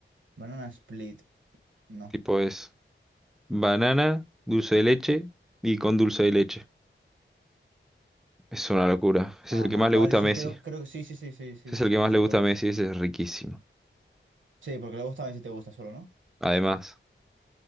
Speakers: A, on the right (about 70°); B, in the centre.
A: Banana split. No.
B: Tipo es banana, dulce de leche y con dulce de leche. Es una locura. Ese
A: Ajá.
B: es el que más le
A: Vale,
B: gusta
A: sí,
B: a Messi.
A: creo, creo que sí, sí, sí, sí, sí,
B: Ese es el
A: sí,
B: que
A: yo
B: más
A: sé
B: le gusta
A: cuál
B: a Messi.
A: es.
B: Ese es riquísimo.
A: Sí, porque luego también si te gusta solo, ¿no?
B: Además,